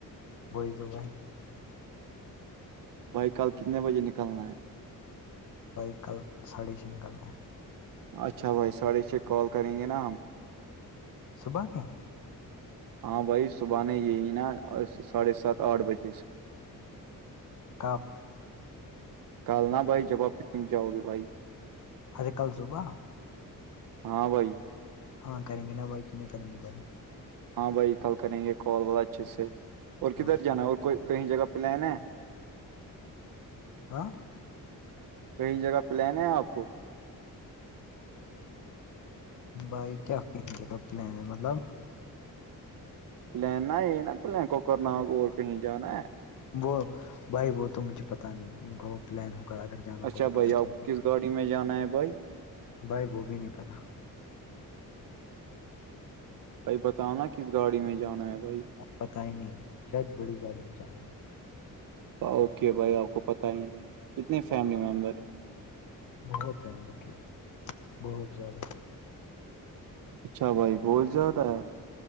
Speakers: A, on the left; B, on the right.
A: وہی تو بھائی
B: بھائی کل کتنے بجے نکلنا ہے
A: بھائی کل ساڑے چھ نکلنا ہے
B: اچھا بھائی ساڑے چھ کال کریں گے نا ہم
A: صبح کے
B: ہاں بھائی صبح یہی نا ساڑھے سات آٹھ بجے سے
A: کب
B: کالنا بھائی جب آپ پکنک جاؤ گے بھائی
A: ہجے کل صبح
B: ہاں بھائی
A: ہاں کریں گے نا بھائی کیوں نہیں کریں گے بھائی
B: ہاں بھائی کل کریں گے کال والا اچھے سے اور کدھر
A: ہاں بھائی
B: جانا ہے اور کوئی کہیں جگہ پلان ہے
A: ہاں
B: کہیں جگہ پلان ہے آپ کو
A: بھائی کیا کہیںا پلان ہے مطلب
B: پلینا ہے نا پل کوکر ناگ اور کہیں جانا ہے
A: وہ بھائی وہ تو مجھے پتا نہیں ان کا وہ پلان ہوگا اگر جانا ہوگا
B: اچھا
A: تو
B: بھائی
A: پتا
B: آپ
A: چلے
B: کو
A: گا
B: کس گاڑی میں جانا ہے بھائی
A: بھائی وہ بھی نہیں پتا
B: بھائی بتاو نا کس گاڑی میں جانا ہے بھائی
A: پتا ہی نہیں شاید بڑی گاڑی میں جانا ہے
B: اوکے بھائی آپ کو پت ہی نہیں کتنے فیملی ممبر ہیں
A: بہت ہیں ان کے بہت زیادہ
B: اچھا بھائی بہت زیادہ ہے